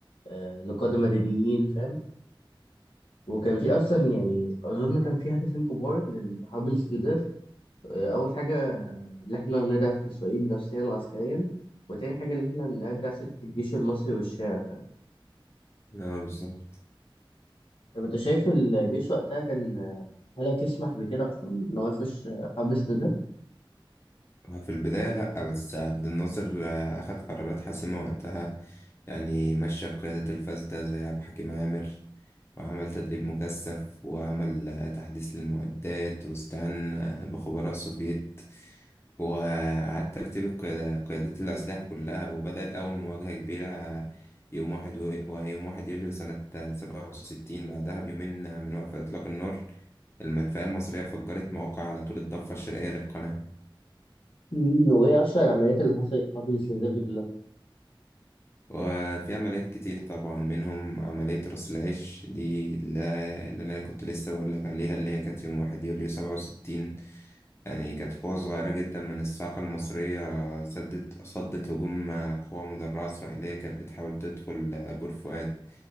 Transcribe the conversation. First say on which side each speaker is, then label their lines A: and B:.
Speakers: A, on the left (about 80°); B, on the left (about 30°).
A: آه، لقادة مدنيين فاهم وكان في أصلا يعني أظن كان في هدفين كبار لحرب الاستنزاف آه، أول حاجة آه، إن إحنا نضعف إسرائيل نفسيا وعسكريا وتاني حاجة إن إحنا نرجع سكة الجيش المصري والشارع فاهم
B: اه بالظبط
A: طب أنت شايف الجيش وقتها كان آه، هل تسمح بكده أصلا إن هو يخش آه، حرب استنزاف؟
B: في البداية لأ بس عبد الناصر آه، أخد قرارات حاسمة وقتها يعني مشى قيادة الفاسدة زي عبد الحكيم عامر وعمل تدريب مكثف وعمل آه، تحديث للمعدات واستعان آه، بخبراء سوفييت وإعادة ترتيب القيادة- قيادات الأسلحة كلها وبدأت أول مواجهة كبيرة آه، يوم واحد و- ويوم واحد يوليو سنة آه، سبعة وستين بعدها بيومين آه، من وقف إطلاق النار المدفعية المصرية فجرت مواقع على طول الضفة الشرقية للقناة
A: مم، وايه اشهر العمليات اللي حصلت حرب الاستنزاف دي كلها
B: وفي عمليات كتير طبعا منهم عملية رأس العش دي اللي اللي أنا كنت لسه بقولك عليها اللي هي كانت يوم واحد يوليو سبعة وستين يعني كانت قوة صغيرة جدا من الساقة المصرية سدت صدت هجوم قوة مدرعة إسرائيلية كانت بتحاول تدخل بور فؤاد